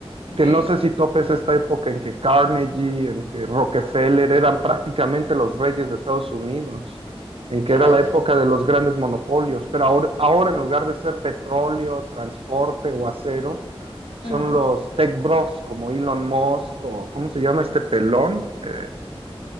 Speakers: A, on the left; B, on the right.
A: ok.
B: que no sé si topes esta época en que Carnegie, en que Rockefeller eran prácticamente los reyes de Estados Unidos, en que
A: Sí,
B: era
A: ya estoy.
B: la época de los grandes monopolios, pero ahora, ahora en lugar de ser petróleo, transporte o acero, son
A: Ujú.
B: los tech bros como Elon Musk o ¿cómo se llama este pelón? Eh,